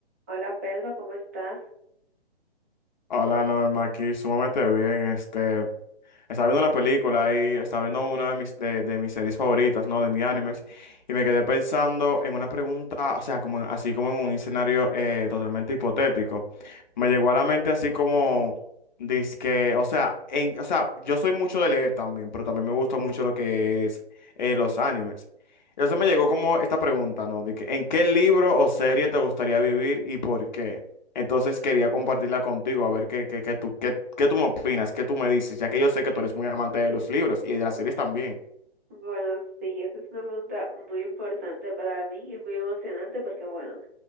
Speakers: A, on the right; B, on the left.
A: Hola Pedro, ¿cómo estás?
B: Hola Norma, aquí sumamente bien. Este, estaba viendo una película y estaba viendo una de mis, de, de mis series favoritas, ¿no? De mis animes. Y me quedé pensando en una pregunta, o sea, como, en- así como en un escenario eh, totalmente hipotético. Me llegó a la mente así como, dizque, o sea, en, o sea, yo soy mucho de leer también, pero también me gusta mucho lo que es eh, los animes. Entonces me llegó como esta pregunta, ¿no? De que, ¿en qué libro o serie te gustaría vivir y por qué? Entonces quería compartirla contigo, a ver qué, qué, qué tú, qué, qué tú me opinas, qué tú me dices, ya que yo sé que tú eres muy amante de los libros y de las series también.
A: Bueno, sí, esa es una pregunta muy importante para mí y muy emocionante porque, bueno,